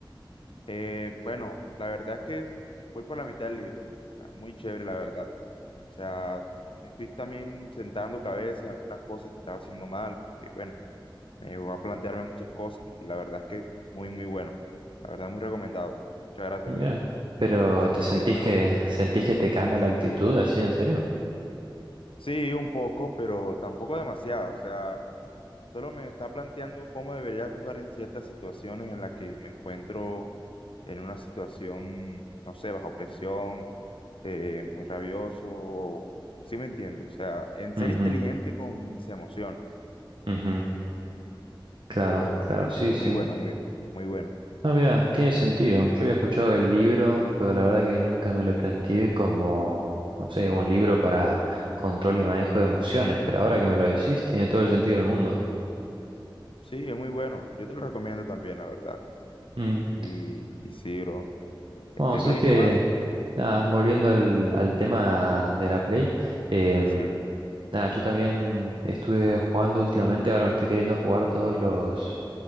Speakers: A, on the left; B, on the right.
A: Eh, bueno, la verdad es que voy por la mitad del libro. O sea, muy chévere, la verdad. O sea, me estoy también sentando cabeza en algunas cosas que estaba haciendo mal, que bueno Me llevó a plantearme muchas cosas y la verdad es que muy, muy bueno. La verdad, muy recomendado. Muchas gracias,
B: Mira,
A: bro, por
B: pero
A: decirme
B: ¿te sentís
A: que está
B: que
A: bueno.
B: sentís que te cambia la actitud así en serio?
A: Sí, un poco, pero tampoco demasiado. O sea, solo me está planteando cómo debería actuar en ciertas situaciones en las que me encuentro en una situación, no sé, bajo presión, eh, muy rabioso. o- Sí me entiende. O sea, en ser
B: Ujú,
A: inteligente con mis emociones,
B: ujú. Claro,
A: pero
B: claro,
A: muy,
B: sí, sí.
A: muy bueno, muy, muy bueno.
B: No, mira, tiene sentido. Yo había escuchado el libro, pero la verdad que nunca me lo planteé como, no sé, un libro para control y manejo de emociones, pero ahora que me lo decís, tiene todo el sentido del mundo.
A: Sí, es muy bueno. Yo te lo recomiendo también, la verdad.
B: Mm.
A: Y, y sí, bro. Este,
B: Bueno, sabes
A: bro,
B: que,
A: ¿y qué más?
B: nada, volviendo al, al tema de la Play, em,
A: Sí.
B: nada, yo también estuve jugando últimamente, ahora me estoy queriendo jugar todos los,